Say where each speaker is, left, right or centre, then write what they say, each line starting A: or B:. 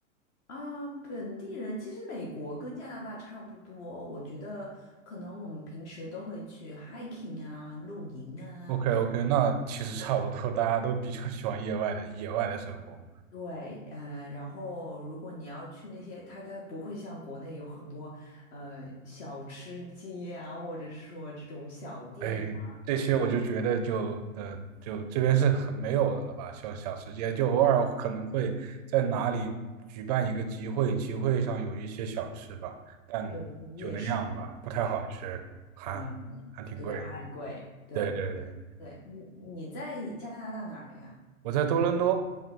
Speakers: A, on the left; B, on the right.
A: 啊，本地人其实美国跟加拿大差不多，我觉得可能我们平时都会去 hiking 啊、露营啊，
B: ？OK OK，那其实差不多，大家都比较喜欢野外的野外的生活。
A: 对，呃，然后如果你要去那些，它它不会像国内有很多，呃，小吃街啊，或者是说这种小店啊，
B: 哎，这些我就觉得就呃就这边是很没有的了吧，像小吃街，就偶尔可能会在哪里举办一个集会，集会上有一些小吃吧，但就那样吧，
A: 有一些夜市
B: 不太好吃，
A: 啊什
B: 还还挺贵的
A: 么的，对对，还很贵，对
B: 对对对。
A: 对，你你在加拿大哪儿呀？
B: 我在多伦多，